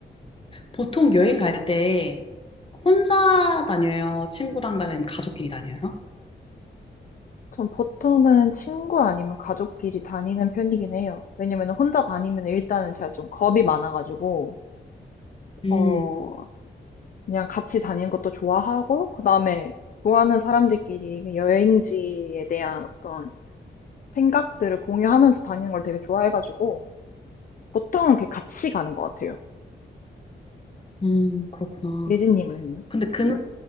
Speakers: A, on the left; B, on the left.
A: 보통 여행 갈 때 혼자 다녀요? 친구랑 다니면 가족끼리 다녀요?
B: 전 보통은 친구 아니면 가족끼리 다니는 편이긴 해요. 왜냐면 혼자 다니면 일단은 제가 좀 겁이 많아가지고,
A: 음,
B: 어, 그냥 같이 다니는 것도 좋아하고, 그 다음에 좋아하는 사람들끼리 그 여행지에 대한 어떤 생각들을 공유하면서 다니는 걸 되게 좋아해가지고, 보통은 이렇게 같이 가는 것 같아요.
A: 음, 그렇구나.
B: 예진님은요?
A: 근데 그